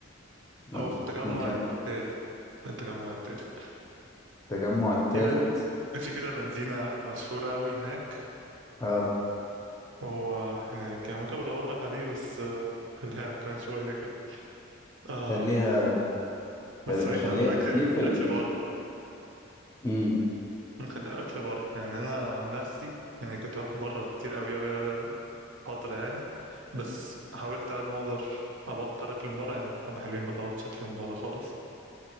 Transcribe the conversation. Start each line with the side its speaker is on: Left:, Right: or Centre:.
Left: مك-
Right: هو في التجمع
Left: مكان
Right: التالت التجمع التالت
Left: التجمع الثالث
Right: تقريبا في كده بنزينة مشهورة أوي هناك
Left: اه
Right: وهو هناك يعني ممكن بدور لك عليه بس آه، خليها كمان شوية كده آه
Left: خليها
Right: بس
Left: خل-
Right: بعيدا
Left: خليها
Right: عن اكل الاكل
Left: خليه في ال...
Right: بره بقى
Left: مم.
Right: نخلي الاكل بره يعني انا عن نفسي يعني كنت باكل بره كتير قوي قوي قوي قوي فتره يعني بس حاولت على قد ما اقدر ابطل اكل من بره يعني بقالي حبه حلوين بطلت اكل من بره خالص